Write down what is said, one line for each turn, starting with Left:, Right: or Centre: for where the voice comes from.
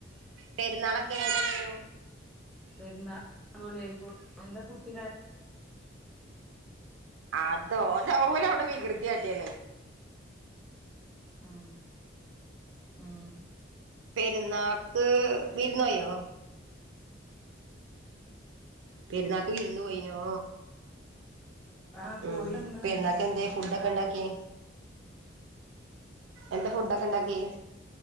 Right: പെരുന്നാളൊക്കെ എങ്ങനെണ്ടയിനു?
Centre: <unintelligible>
Right: ആതോ ഓല ഓലവ്ടെ വികൃതിയാട്ടിണ്.
Centre: ആഹ് ആഹ്
Right: പെരുന്നാക്ക് വിരുന്നോയോ? പെരുന്നാക്ക് വിരുന്നോയിനോ?
Centre: ആ
Right: ഉം
Centre: പോയി വന്ന്
Right: പെരുന്നാക്കെന്തെ ഫുസ്സൊക്കെ ഇണ്ടാക്കിയെ? എന്താ ഫുഡെക്കെ ഇണ്ടാക്കിയെ?